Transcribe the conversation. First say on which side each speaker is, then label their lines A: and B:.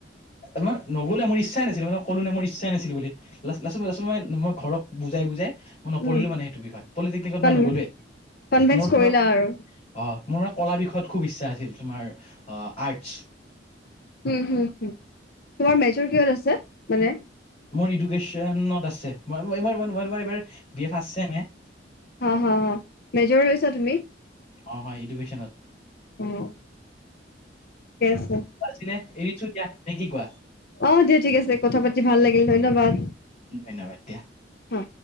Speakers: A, on the left; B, on the left.
A: মই নগ'লে মোৰ ইচ্ছাই নাছিল মানে ক'লো নে মোৰ ইচ্ছাই নাছিল বুলি লা- লাষ্টত মই লাষ্টত মই ঘৰক বুজাই বুজাই নপঢ়িলোঁ
B: উম।
A: মানে সেইটো বিষয় পলিটেকনিকত
B: কন
A: মই নগ'লোৱেই,
B: কনভিন্স
A: মোৰ
B: কৰিলা
A: তোমাৰ
B: আৰু।
A: অ' মোৰ মানে কলা বিষয়ত খুব ইচ্ছা আছিল তোমাৰ অ' আৰ্টচ।
B: হম, হম, হম, তোমাৰ মেজৰ কিহত আছে মানে?
A: মোৰ এডুকেশ্যনত আছে, মই -মই - মই <unintelligible> বি এ ফাৰ্ষ্ট ছেমহে।
B: হা- হা- হা, মেজৰ লৈছা তুমি?
A: অ, হয় ইডুকেশ্যনত।
B: অ'। ঠিকেই আছে।
A: আছিলে এৰিছো দিয়া নে কি কোৱা
B: অ' দিয়া ঠিক আছে কথা পাতি ভাল লাগিল ধন্যবাদ।
A: ধন্যবাদ দিয়া।
B: হা।